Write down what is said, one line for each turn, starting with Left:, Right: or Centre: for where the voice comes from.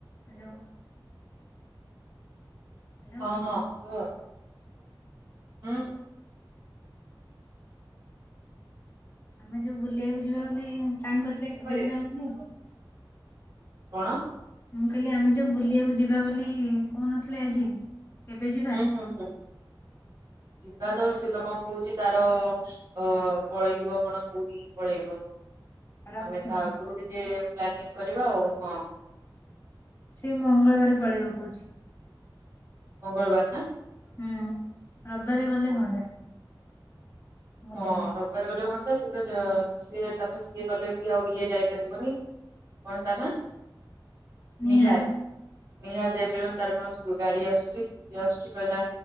Left: Hello. Hello
Right: ହଁ ହଁ କୁହ <unintelligible> ହୁଁ
Left: ଆମେ ଯୋଉ ବୁଲିବାକୁ ଯିବା ବୋଲି ପ୍ଲାନ କରିଥିଲେ,
Right: କିପରି
Left: କେବେ ଯିବା
Right: ଶୁଭୁଛି
Left: <unintelligible> ହଉନ ଆଉ
Right: ପରା। କଣ?
Left: ମୁଁ କହିଲି, ଆମେ ଯୋଉ ବୁଲିବାକୁ ଯିବା ବୋଲି କହୁନଥିଲେ ଆଜି କେବେ ଯିବା?
Right: ହୁଁ ହୁଁ ହୁଁ। ବା ତ ସିଏ ତ କଣ କହୁଛି, ତାର ଅ ପଳେଇବ କଣ ପୁରୀ ପଳେଇବ
Left: ରଶ୍ମି
Right: ଆମେ ତା ଆଗରୁ ଟିକେ ପ୍ଲାନିଂ କରିବା ଆଉ ହଁ।
Left: ସେ ମଙ୍ଗଳବାର ପଳେଇବା କହୁଛି।
Right: ମଙ୍ଗଳବାର ନା
Left: ହୁଁ ରବିବାରେ ଗଲେ
Right: ହଁ
Left: ହୁଅନ୍ତା। ବୁଲିବା
Right: ହଁ
Left: ପାଇଁ
Right: ରବିବାର ଗୋଟେ ହୁଅନ୍ତା ଶୁ ତ ତ ସିଏ ତାପରେ ସିଏ ଗଲେ ବି ଆଉ ଇଏ ଯାଇପାରିବନି କଣ ତା ନା?
Left: ନିଆଁ।
Right: ନିହାର ନିହାତି ଯାଇପାରିବ ତାର କଣ ସ୍କୁ ଗାଡି ଆସୁଛି ସ୍କୁଟି ଆସୁଛି କହିଲା